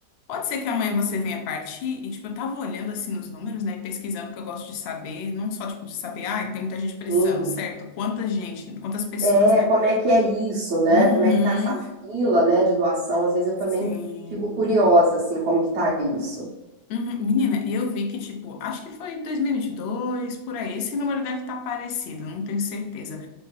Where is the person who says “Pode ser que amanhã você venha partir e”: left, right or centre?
Left